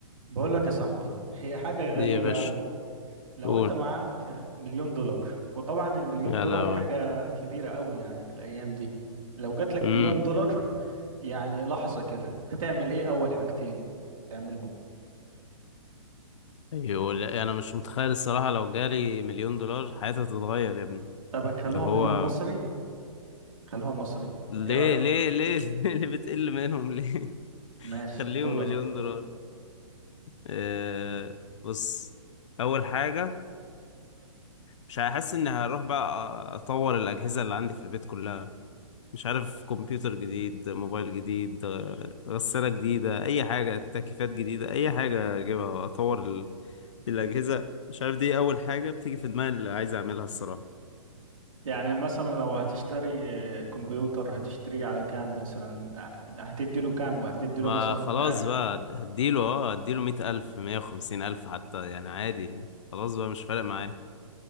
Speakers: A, on the right; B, on the left.
A: بقول لك يا صاحبي هي حاجة غريبة
B: دي يا باشا
A: قوي لو
B: قول
A: انت معاك مليون دولار وطبعا المليون
B: يا
A: دولار
B: لهوي
A: حاجة كبيرة قوي يعني في الأيام دي لو جات لك
B: امم
A: مليون دولار يعني لحظة كده هتعمل ايه أول حاجتين تعملهم
B: يقول انا مش متخيل الصراحه لو جالي مليون دولار حياتي هتتغير يا ابني
A: طبعا خلوها
B: اللي هو
A: مليون مصري خلوها مصري
B: ليه
A: ايه رأيك
B: ليه ليه <laughs> ليه اللي بتقل منهم ليه <laughs>
A: ماشي
B: خليهم
A: دولار
B: مليون دولار أه بص اول حاجه مش هحس اني هروح بقى اطور الاجهزه اللي عندي في البيت كلها مش عارف كمبيوتر جديد موبايل جديد آه، غساله جديده اي حاجه تكييفات جديده اي حاجه اجيبها اطور الأجهزة مش عارف دي أول حاجة بتيجي في دماغي اللي عايز أعملها الصراحة
A: يعني مثلا لو هتشتري كمبيوتر هتشتريه على كام مثلا هتديله كام هتديله
B: ما
A: مثلا
B: خلاص
A: 100000
B: بقى هديله اه هديله مية ألف مية وخمسين ألف حتى يعني عادي خلاص بقى مش فارق معايا